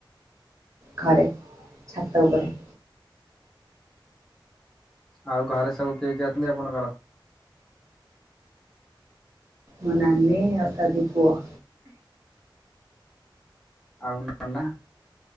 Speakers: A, on the right; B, in the centre.
A: ଘରେ ଛାତ ଉପରେ।
B: ଆଉ ଘରେ ସବୁ କିଏ କିଏ ଅଛନ୍ତି ଆପଣଙ୍କର?
A: ମୋ ନାନି ଆଉ ତା ଦି ପୁଅ।
B: ଆଉ ନନା?